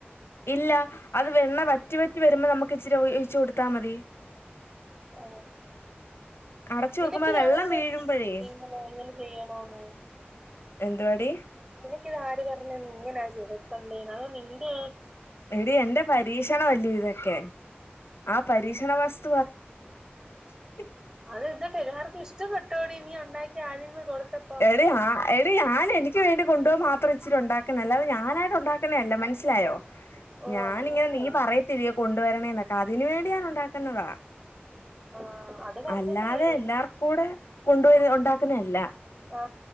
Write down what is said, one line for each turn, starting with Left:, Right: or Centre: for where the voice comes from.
Left: ഇല്ല അത് വെണ്ണ വ റ്റി വറ്റി വരുമ്പോ നമുക്ക് ഇച്ചിരി ഒഴിച്ചു കൊടുത്താ മതി
Right: ഓ
Left: അടച്ചു
Right: നിനക്കിത്
Left: വെക്കുമ്പോ വെള്ളം
Right: ആര് പറ
Left: വീഴുമ്പഴേ
Right: <unintelligible> എങ്ങനെ ചെയ്യണോന്ന്
Left: എന്തുവാടി
Right: നിനിക്കിത് ആര് പറഞ്ഞ് തന്ന് ഇങ്ങനാ ചേർക്കണ്ടേന്ന് അതോ നിന്റെ ആ
Left: എടി എന്റെ പരീക്ഷണം അല്ലേ ഇതൊക്കെ ആഹ് പരീക്ഷണ വസ് <unintelligible>
Right: അത് എന്നിട്ട് എല്ലാവർക്കും ഇഷ്ടപ്പെട്ടോടി നി ഉണ്ടാക്കി ആരെങ്കിലും കൊടുത്തപ്പോ
Left: അതെഹ എടി ഞാൻ എനിക്ക് വേണ്ടി കൊണ്ടുപോവാ മാത്രം ഇിച്ചിരി ഉണ്ടാക്കുന്നയാ അല്ലാതെ ഞാനായിട്ട് ഉണ്ടാക്കുന്നതല്ല മനസ്സിലായോ
Right: ഓ
Left: ഞാനിങ്ങനെ
Right: അങ്ങനെ
Left: നീ പറയത്തില്ലയോ കൊണ്ടുവരണേന്നൊക്ക അതിന് വേണ്ടി ഞാനുണ്ടാക്കുന്നതാ
Right: ആ അത് പറഞ്ഞപ്പോഴേടി
Left: അല്ലാതെ എല്ലാർക്കു കൂടെ കൊണ്ട്പോയി ഉണ്ടാക്കുന്ന അല്ല
Right: ആ